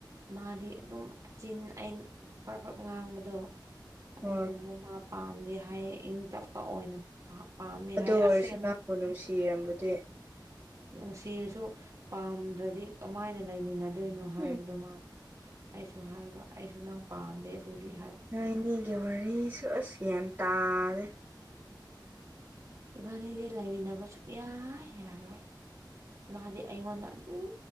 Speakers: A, on the right (about 45°); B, on the right (about 20°).
A: ꯃꯥꯗꯤ ꯑꯗꯨꯝ ꯑꯆꯤꯟ ꯑꯩꯅ ꯄ꯭ꯔꯞ ꯄ꯭ꯔꯞ ꯉꯥꯡꯕꯗꯣ ꯑꯗꯨꯒꯨꯝꯕꯃꯥ
B: ꯎꯝ
A: ꯄꯥꯝꯗꯦ ꯍꯥꯏꯌꯦ ꯏꯪ ꯇꯞꯄ ꯑꯣꯏꯅ ꯄꯥ ꯄꯥꯝꯃꯦ
B: ꯑꯗꯨ
A: ꯍꯥꯏꯌꯦ
B: ꯑꯣꯏꯔꯁꯨ
A: ꯑꯁꯦꯡꯕ
B: ꯅꯪꯕꯨ ꯅꯨꯡꯁꯤꯔꯝꯕꯗꯤ
A: ꯅꯨꯡꯁꯤꯔꯁꯨ ꯄꯥꯝꯗ꯭ꯔꯗꯤ ꯀꯃꯥꯏꯅ ꯂꯩꯃꯤꯟꯅꯗꯣꯏꯅꯣ ꯍꯥꯏꯕꯗꯣ
B: ꯎꯝ
A: ꯃꯥ ꯑꯩꯁꯨ ꯍꯥꯏꯕ ꯑꯩꯁꯨ ꯅꯪ ꯄꯥꯝꯗꯦ ꯑꯗꯨꯗꯤ ꯍꯥꯏꯕ
B: ꯅꯣꯏꯅꯤꯒꯤ ꯋꯥꯔꯤꯁꯨ ꯑꯁ ꯒ꯭ꯌꯥꯟ ꯇꯥꯔꯦ
A: ꯏꯕꯥꯅꯤꯗꯤ ꯂꯩꯃꯤꯟꯅꯕ ꯁꯨꯛꯌꯥ ꯌꯥꯔꯣꯏ ꯃꯥꯗꯤ ꯑꯩꯉꯣꯟꯗ ꯑꯗꯨꯝ